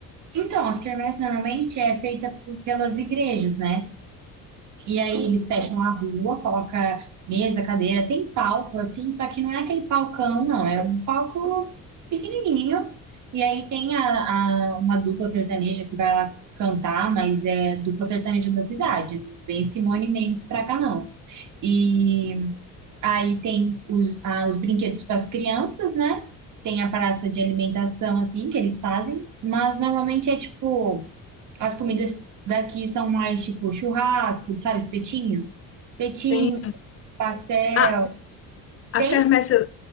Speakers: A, on the right; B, on the left.
A: Então, as quermesses normalmente é feita por- pelas igrejas, né? E aí eles fecham a rua, coloca mesa, cadeira, tem palco assim, só que não é aquele palcão, não, é um palco pequenininho. E aí tem a, a- uma dupla sertaneja que vai lá cantar, mas é dupla sertaneja da cidade, não vem Simone Mendes pra cá não. E aí tem os, ah, os brinquedos para as crianças, né? Tem a praça de alimentação assim que eles fazem, mas normalmente é tipo as comidas daqui são mais tipo churrasco, sabe, espetinho. Petinho,
B: Tem
A: pastel.
B: Ah, a
A: Tem?
B: quermesse